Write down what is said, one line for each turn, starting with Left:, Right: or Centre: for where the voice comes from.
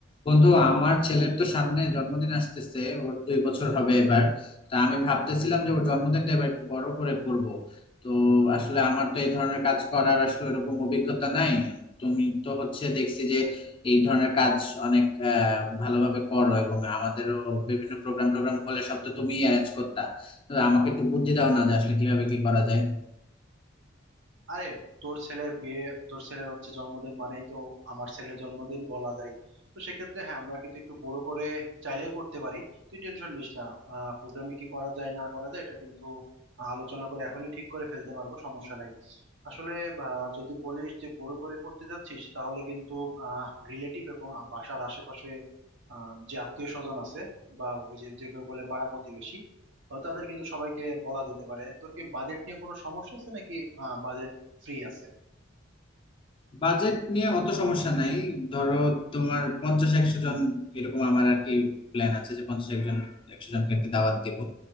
Left: বন্ধু আমার ছেলের তো সামনে জন্মদিন আসতেছে ওর দুই বছর হবে এবার তা আমি ভাবতেছিলাম যে ওর জন্মদিনটা এবার একটু বড় করে করব তো আসলে আমার তো এই ধরনের কাজ করার আসলে এরকম অভিজ্ঞতা নাই তুমি তো হচ্ছে দেখছি যে এই ধরনের কাজ অনেক আহ ভালোভাবে করো এবং আমাদেরও বিভিন্ন প্রোগ্রাম টোগ্রাম হলে সব তো তুমিই অ্যারেঞ্জ করতা তো আমাকে একটু বুদ্ধি দাও না যে আসলে কিভাবে কি করা যায়
Right: আরে তোর ছেলের বিয়ে তোর ছেলের হচ্ছে জন্মদিন মানেই তো আমার ছেলের জন্মদিন বলা যায় তো সেক্ষেত্রে হ্যাঁ আমরা কিন্তু একটু বড় করে চাইলেই করতে পারি তুই টেনশন নিস না আহ প্রোগ্রামে কি করা যায় না করা যায় এটা কিন্তু আলোচনা করে এখনই ঠিক করে ফেলতে পারবো সমস্যা নাই আসলে আহ, যদি বলিস যে বড় করে করতে যাচ্ছিস তাহলে কিন্তু আহ রিলেটিভ এবং বাসার আশেপাশে আহ যে আত্মীয় স্বজন আছে বা ওই যে যে কেউ বলে পাড়া প্রতিবেশী তো তাদের কিন্তু সবাইকে বলা যেতে পারে তোর কি বাজেট নিয়ে কোনো সমস্যা আছে নাকি ফ্রি আছে
Left: বাজেট নিয়ে অত সমস্যা নাই ধরো তোমার পঞ্চাশ একশো জন এরকম আমার আর কি প্ল্যান আছে যে পঞ্চাশ একজন একশো জনকে আর কি দাওয়াত দিব